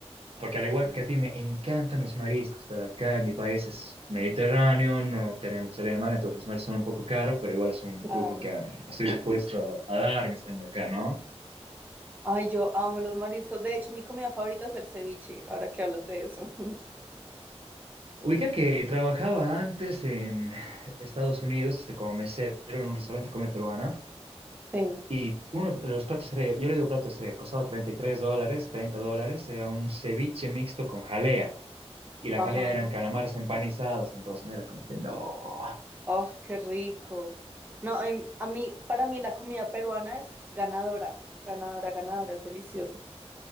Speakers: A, on the right; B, on the right.
A: porque al igual
B: Sí,
A: que a ti me encantan los mariscos, pero acá en mi país es mediterráneo, no tenemos salida de mar, entonces los mares son un poco caros, pero igual es un
B: claro.
A: lujo que um, estoy dispuesto a darme estando acá, ¿no?
B: Ay, yo amo los mariscos. De hecho, mi comida favorita es el ceviche, ahora que hablas de eso. <laughs>
A: Ubica que trabajaba antes en Estados Unidos, este, como mesero en un restaurante de comida peruana,
B: Sí,
A: y uno de los platos estrella, yo le digo plato estrella, costaba 33 dólares, 30 dólares, era un ceviche mixto con jalea, y la
B: ajá.
A: jalea eran calamares empanizados, entonces era como que no,
B: Oh, qué rico. No, em, a mí, para mí la comida peruana es ganadora, ganadora, ganadora, es deliciosa.